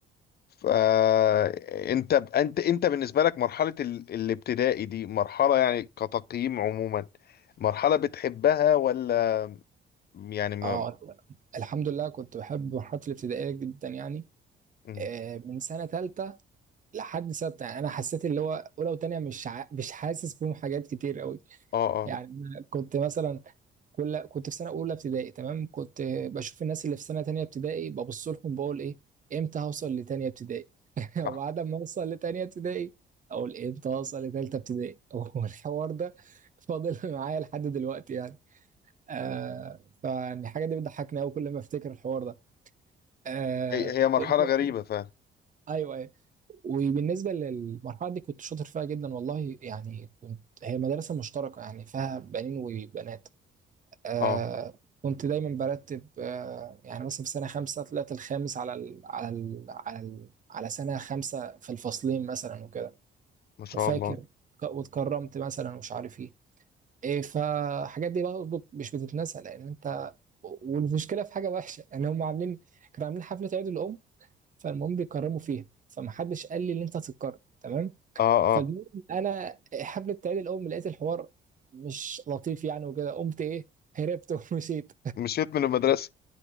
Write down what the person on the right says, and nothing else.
اه الحمد لله كنت بحب مرحلة الابتدائية جدا يعني
آه، من سنة تالتة لحد ستة يعني أنا حسيت اللي هو أولى وتانية مش ع... مش حاسس بهم حاجات كتير قوي
يعني أنا كنت مثلا كل كنت في سنه اولى ابتدائي تمام كنت بشوف الناس اللي في سنه تانية ابتدائي ببص لهم بقول ايه امتى هوصل لتانية ابتدائي <laughs>
وبعد ما اوصل لتانية ابتدائي اقول امتى هوصل لتالتة ابتدائي <laughs> والحوار ده فاضل معايا لحد دلوقتي يعني آه فالحاجه دي بتضحكني قوي كل ما افتكر الحوار ده آه
وإنت-
ايوه ايوه وبالنسبه للمرحله دي كنت شاطر فيها جدا والله يعني كنت هي مدرسه مشتركه يعني فيها بنين وبنات آه
كنت دايما برتب آه يعني مثلا في سنة خمسة طلعت الخامس على ال على ال على ال على سنة خمسة في الفصلين مثلا وكده
وفاكر
ك- واتكرمت مثلا ومش عارف ايه ايه فالحاجات دي برضه مش بتتنسى لان انت والمشكله في حاجه وحشه يعني هم عاملين كانوا عاملين حفله عيد الام فالمهم بيكرموا فيها فمحدش قال لي ان انت هتتكرم تمام
فالمهم
انا حفله عيد الام لقيت الحوار مش لطيف يعني وكده قمت ايه هربت <laughs> ومشيت